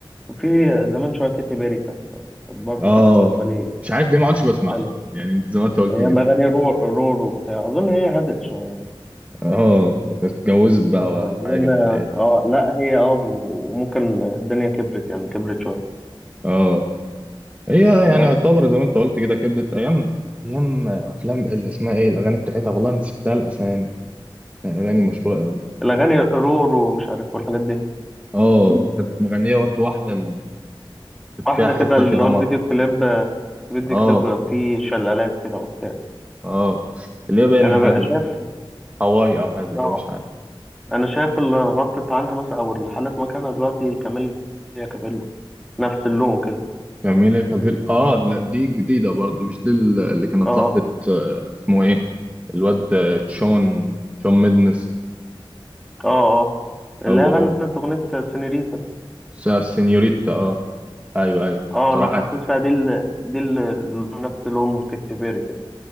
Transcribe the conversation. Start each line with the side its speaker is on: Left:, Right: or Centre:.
Centre: وفي زمان شوية كاتي بيري كانت كانت برضه
Right: اه
Centre: بالنسبة لي
Right: مش عارف ليه ما عادش بسمعها
Centre: حلوة
Right: يعني انت زي ما انت قلت
Centre: أيام
Right: كده
Centre: أغاني رو... رورو بتاع أظن هي هدت شوية
Right: اه اتجوزت بقى
Centre: يعني
Right: ولا
Centre: لأن
Right: حاجه بتهيألي
Centre: اه لا هي اه وممكن الدنيا كبرت يعني كبرت شوية
Right: اه هي يعني
Centre: بس
Right: يعتبر زي ما انت قلت كده كبرت ايام ايام افلام اللي اسمها ايه الاغاني بتاعتها والله نسيتها الاسامي يعني اغاني مشهوره قوي
Centre: الأغاني رور ومش عارف والحاجات دي
Right: اه كانت مغنيه برضه واحده اللي كانت
Centre: واحدة
Right: فيها حته
Centre: كده اللي
Right: كده
Centre: هو
Right: مره
Centre: الفيديو كليب فيديو
Right: اه
Centre: كليب فيه شلالات كده وبتاع
Right: اه اللي هي باين
Centre: أنا بقى
Right: حل...
Centre: شايف
Right: هواي او حاجه زي
Centre: اه
Right: كده مش عارف
Centre: أنا شايف اللي غطت عنها مثلا أو اللي حلت مكانها دلوقتي كاميليا كابيلو نفس اللون كده
Right: جميلة كابيل اه لا دي جديدة برضو مش دي اللي كانت
Centre: اه
Right: صاحبة
Centre: اه
Right: آه، اسمه ايه الواد آه، تشون تشون ميدنس
Centre: اه اه اللي
Right: هو
Centre: هي غنت
Right: هو
Centre: أغنية سينيريتا
Right: س- سينيوريتا اه ايوه ايوه
Centre: اه
Right: بصراحة
Centre: أنا حاسسها دي ال... دي ال... نفس لون كاتي بيري كده